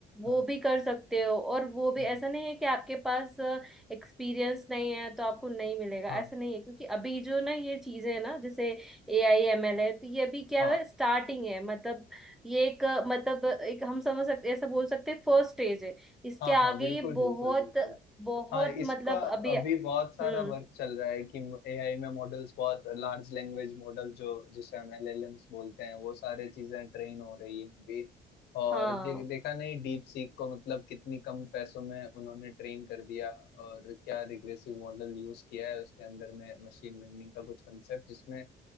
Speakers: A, on the left; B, in the centre.
A: हाँ
B: वो भी कर सकते हो और वो भी
A: हम्म,
B: ऐसा नहीं है कि आपके पास एक्सपीरियंस नहीं है तो आपको नहीं मिलेगा
A: हाँ
B: ऐसा नहीं है क्योंकि अभी जो ना ये चीजें ना जैसे ए आई एम एल है तो ये अभी क्या
A: हाँ
B: है स्टार्टिंग है मतलब ये एक मतलब एक हम समझ सकते ऐसा बोल सकते हैं फर्स्ट स्टेज है इसके
A: हाँ हाँ
B: आगे
A: बिल्कुल
B: ये
A: बिल्कुल
B: बहुत
A: बिल्कुल
B: बहुत
A: हाँ इसका
B: मतलब अभी
A: अभी
B: हम्म
A: बहुत सारा वर्क चल रहा है कि एआई में मॉडल्स बहुत लार्ज लैंग्वेज मॉडल जो जिसे हम एलएलएम्स बोलते हैं वो सारे चीजें ट्रेन हो रही है अभी और
B: हाँ
A: दे, देखा नहीं डीप सीक को मतलब कितनी कम पैसों में उन्होंने ट्रेन कर दिया और क्या रिग्रेसिव मॉडल यूज किया है उसके अंदर में मशीन लर्निंग का कुछ कंसेप्ट जिसमें